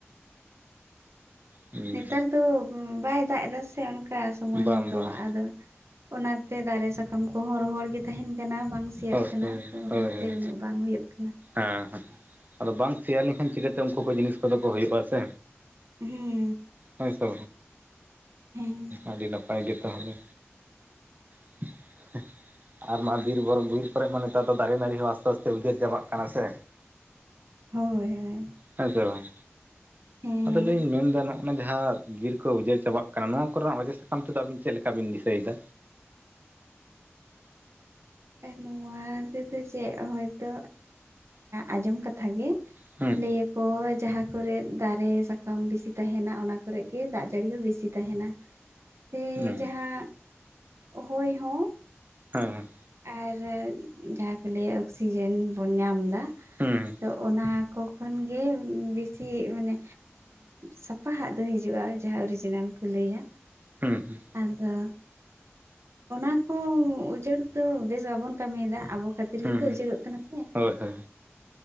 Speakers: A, on the right (about 40°); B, on the right (about 75°).
A: ᱦᱩᱸ
B: ᱱᱮᱛᱟᱨ ᱫᱚ ᱵᱟᱭ ᱫᱟᱜ ᱮᱫᱟ ᱥᱮ ᱚᱱᱠᱟ ᱥᱚᱢᱚᱭ
A: ᱵᱟᱝ
B: ᱢᱚᱛᱚ
A: ᱵᱟᱝ
B: ᱟᱫᱚ ᱚᱱᱟᱛᱮ ᱫᱟᱨᱮ ᱥᱟᱠᱟᱢ ᱠᱚᱦᱚᱸ ᱨᱚᱦᱚᱲ ᱜᱮ ᱛᱟᱦᱮᱱ ᱠᱟᱱᱟ ᱵᱟᱝ ᱥᱮᱤᱭᱟᱜ
A: ᱦᱳᱭ
B: ᱠᱟᱱᱟ
A: ᱦᱳᱭ
B: ᱛᱚ ᱚᱱᱟᱛᱮ
A: ᱦᱳᱭ ᱦᱳᱭ
B: ᱩᱱᱟᱹᱜ ᱵᱟᱝ ᱦᱩᱭᱩᱜ ᱠᱟᱱᱟᱹ
A: ᱦᱮᱸ ᱦᱮᱸ ᱟᱫᱚ ᱵᱟᱝ ᱥᱮᱭᱟ ᱞᱮᱱᱠᱷᱟᱱ ᱪᱤᱠᱟᱹᱛᱮ ᱩᱱᱠᱩ ᱠᱚ ᱡᱤᱱᱤᱥ ᱠᱚᱫᱚ ᱠᱚ ᱦᱩᱭᱩᱜᱼᱟ ᱥᱮ
B: ᱦᱩᱸ
A: ᱦᱳᱭ ᱥᱮ
B: ᱦᱮᱸ
A: ᱟᱹᱰᱤ ᱱᱟᱯᱟᱭ ᱜᱮ ᱛᱟᱦᱚᱞᱮ <inaudible> ᱟᱨ ᱢᱟ ᱵᱤᱨᱵᱩᱨᱩ ᱵᱤᱨ ᱠᱚᱨᱮ ᱢᱟ ᱱᱮᱛᱟᱨ ᱫᱚ ᱫᱟᱨᱮ ᱱᱟᱹᱲᱤ ᱦᱚᱸ ᱟᱥᱛᱮ ᱟᱥᱛᱮ ᱩᱡᱟᱹᱨ ᱪᱟᱵᱟᱜ ᱠᱟᱱᱟ ᱥᱮ
B: ᱦᱳᱭ ᱦᱳᱭ
A: ᱦᱮᱸ ᱥᱮ ᱵᱟᱝ
B: ᱦᱮᱸ
A: ᱟᱫᱚᱞᱤᱧ ᱢᱮᱱᱫᱟ ᱱᱚᱜᱼᱱᱟ ᱡᱟᱦᱟᱸ ᱵᱤᱨ ᱠᱚ ᱩᱡᱟᱹᱨ ᱪᱟᱵᱟᱜ ᱠᱟᱱᱟ ᱠᱟᱱᱟ ᱱᱚᱣᱟ ᱠᱚᱨᱮᱱᱟᱜ ᱚᱡᱮ ᱥᱟᱠᱟᱢ ᱛᱮᱫᱚ ᱟᱵᱤᱱ ᱪᱮᱫ ᱞᱮᱠᱟ ᱵᱤᱱ ᱫᱤᱥᱟᱹᱭᱮᱫᱟ
B: ᱱᱚᱣᱟ ᱛᱮᱫᱚ ᱪᱮᱫ ᱦᱚᱭᱛᱚ ᱟᱸᱡᱚᱢ ᱠᱟᱛᱷᱟᱜ ᱜᱮ
A: ᱦᱩᱸ
B: ᱞᱟᱹᱭᱟᱠᱚ ᱡᱟᱦᱟᱸ ᱠᱚᱨᱮ ᱫᱟᱨᱮ ᱥᱟᱠᱟᱢ ᱵᱮᱥᱤ ᱛᱟᱦᱮᱱᱟ ᱚᱱᱟ ᱠᱚᱨᱮᱜ ᱜᱮ ᱫᱟᱜ ᱡᱟᱹᱲᱤ ᱦᱚᱸ ᱵᱮᱥᱤ ᱛᱟᱦᱮᱱᱟ ᱥᱮ
A: ᱦᱩᱸ
B: ᱡᱟᱦᱟᱸ ᱦᱚᱭ ᱦᱚᱸ
A: ᱦᱮᱸ ᱦᱮᱸ
B: ᱟᱨ ᱡᱟᱦᱟᱸ ᱠᱚ ᱞᱟᱹᱭᱟ ᱚᱠᱥᱤᱡᱮᱱ ᱵᱚᱱ ᱧᱟᱢᱫᱟ
A: ᱦᱩᱸ ᱦᱩᱸ
B: ᱛᱚ ᱚᱱᱟ ᱠᱚ ᱠᱷᱚᱱ ᱜᱮ ᱵᱮᱥᱤ ᱢᱟᱱᱮ ᱥᱟᱯᱟᱦᱟᱜ ᱫᱚ ᱦᱤᱡᱩᱜᱼᱟ ᱡᱟᱦᱟᱸ ᱚᱨᱤᱡᱤᱱᱟᱞ ᱠᱚ ᱞᱟᱹᱭᱟ
A: ᱦᱩᱸ ᱦᱩᱸ
B: ᱟᱫᱚ ᱚᱱᱟ ᱠᱚ ᱩᱡᱟᱹᱲ ᱫᱚ ᱵᱮᱥ ᱵᱟᱵᱚᱱ ᱠᱟᱹᱢᱤᱭᱮᱫᱟ ᱟᱵᱚ ᱠᱷᱟᱹᱛᱤᱨ
A: ᱦᱩᱸ
B: ᱜᱮᱛᱚ ᱩᱡᱟᱹᱲᱚᱜ ᱠᱟᱱᱟ ᱥᱮ
A: ᱦᱳᱭ ᱦᱳᱭ